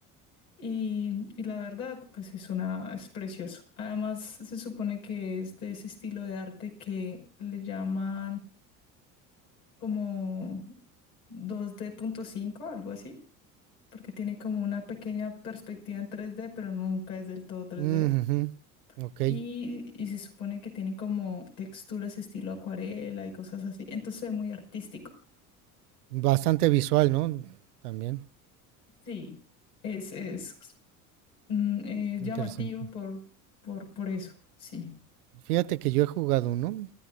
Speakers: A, on the left (about 80°); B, on the right (about 80°).
A: Y, y la verdad, pues es una, es precioso. Además, se supone que es de ese estilo de arte que le llaman como dos D punto cinco algo así, porque tiene como una pequeña perspectiva en tres d pero nunca es del todo tres
B: Mm,
A: d
B: ujú. Ok.
A: Y, y se supone que tiene como texturas estilo acuarela y cosas así. Entonces es muy artístico.
B: Bastante visual, ¿no? También.
A: Sí. Es, es, mm, es
B: Interesante.
A: llamativo por, por, por eso, sí.
B: Fíjate que yo he jugado uno